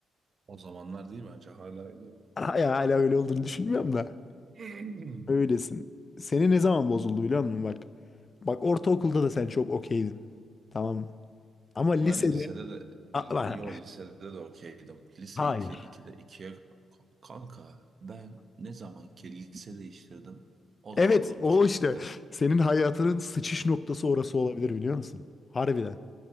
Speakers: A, on the right (about 50°); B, on the left (about 40°).
A: o zamanlar değil bence hala öyle.
B: Hala, hala öyle olduğunu düşünmüyorum da.
A: <clears throat>
B: Öylesin. Seni ne zaman bozuldu biliyor musun bak. Bak ortaokulda da sen çok okeydin. Tamam mı? Ama lisede...
A: Ben lisede de
B: A- bak,
A: yo lisede de okeydim. Lise
B: Hayır.
A: iki 2'de ikiye kanka ben ne zaman ki lise değiştirdim o zaman
B: Evet
A: benim
B: o
A: için
B: işte
A: bitti.
B: senin hayatının sıçış noktası orası olabilir biliyor musun? Harbiden.